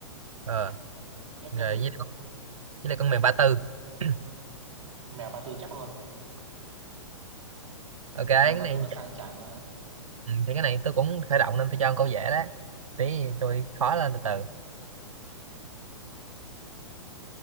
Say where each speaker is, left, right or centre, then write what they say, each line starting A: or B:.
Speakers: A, on the right; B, on the right.
A: ờ
B: Tiếp
A: rồi
B: tiếp đi.
A: với lại con, với lại con mèo Ba Tư <clears throat>
B: Con mèo ba tư chắc luôn.
A: ok cái
B: Con mèo ba
A: này
B: tư nó sang chảnh mà.
A: ừ, thì cái này tôi cũng khởi động nên tôi cho con câu dễ đó tí tôi khó lên từ từ